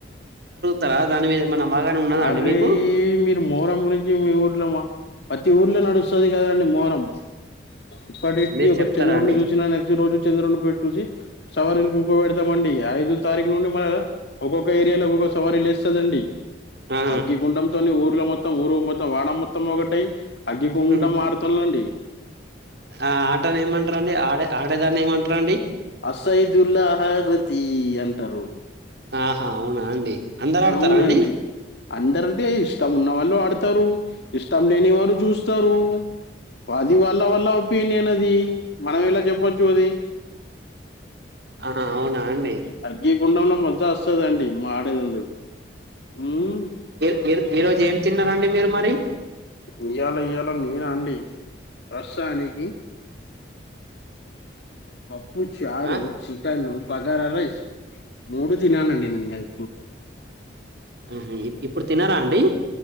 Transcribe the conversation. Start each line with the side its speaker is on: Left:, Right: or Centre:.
Right: తరా దాని మీద ఏమన్నా అవగాహన ఉన్నదా
Left: అరే
Right: అండి మీకు
Left: మీరు మోహారం గురించి మీ ఊర్లో మా ప్రతి ఊర్లో నడు వస్తది కదండి మోరం ఇప్పటికి
Right: మీరు
Left: ఒక
Right: చెప్తారా
Left: చంద్రుడిని
Right: అండి
Left: చూసిన నెక్స్ట్ రోజు చంద్రుడి పె చూసి సవరిల్లు ప ఉప్ప పెడతాంమండి ఐదు తారీఖు నుండి మ ఒక్కొక్క ఏరియాలో ఒక్కొక్క సవారి లేస్తదండి
Right: ఆ
Left: అగ్గి గుండంతోనీ ఊరు ల మొత్తం ఊరు మొత్తం వాడ మొత్తం ఒకటై అగ్గిగుండం
Right: ఉమ్
Left: ఆడుతం అండి
Right: ఆ ఆ ఆటని ఏమంటారండి ఆడే ఆడేదాన్ని ఏమంటారండి
Left: అసైదుల్లాహరతి అంటరు
Right: ఆహా అవునా అండి అందరు ఆడతారా
Left: అవునండి
Right: అండి
Left: అందరంటే ఇష్టం ఉన్నవాళ్ళు ఆడు తరు ఇష్టం లేని వారు చూస్తారు అది వాళ్ళ వాళ్ళ ఒపీనియన్ అది మనం ఎలా చెప్పొచ్చు అది
Right: ఆహా అవునా అండి
Left: అగ్గిగుండంలో మజా వస్తదండీ మాడుగు మ్
Right: ఇర్ ఈరోజు ఏం తిన్నారండి మీరు మరి
Left: ఇయ్యాల ఇయ్యాల నేనా అండి సానికి పప్పు చారు,
Right: ఆ
Left: చికెను బగారా రైసు మూడు తిననుండి నేను ఇయ్యాల
Right: మ్ హు ఇప్పుడు తినరా అండి